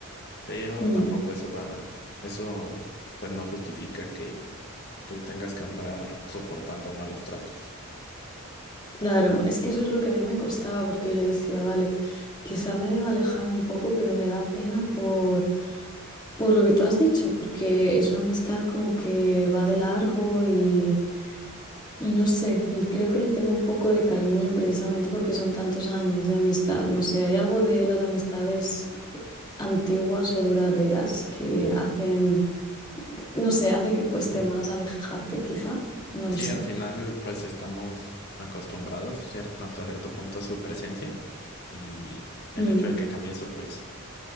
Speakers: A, on the left; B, on the left.
A: pero
B: mm,
A: tampoco eso da, eso pues no justifica que tú tengas que andar soportando malos tratos.
B: claro. Es que eso es lo que a mí me costaba, porque yo decía, vale, quizá me deba alejar un poco, pero me da pena por, por lo que tú has dicho, porque es una amistad como que va de largo y, y no sé, y creo que le tengo un poco de cariño precisamente porque son tantos años de amistad. No sé, hay algo de las amistades antiguas o duraderas que hacen, no sé, hace que cueste
A: <laughs>
B: más alejarte, quizá, no lo
A: Sí,
B: sé.
A: al final pues estamos acostumbrados cier- hasta cierto punto a su presencia y el
B: Mm,
A: hecho de que cambie eso pues